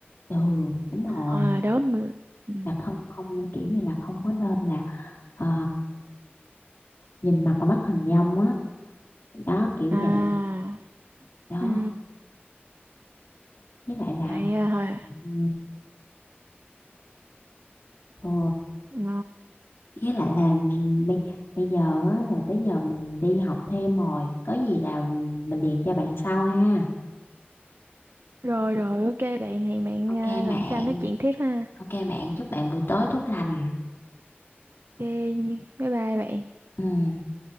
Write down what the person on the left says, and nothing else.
ừ đúng rồi
là không không kiểu như là không có nên là ờ, nhìn mặt và bắt hình dong á đó kiểu
vậy đó
với lại là
ừ, ừ,
với lại là bây bây giờ á, là tới giờ mình đi học thêm rồi có gì là mình điện cho bạn sau ha
ok
bạn
ok bạn chúc bạn buổi tối tốt lành
ừ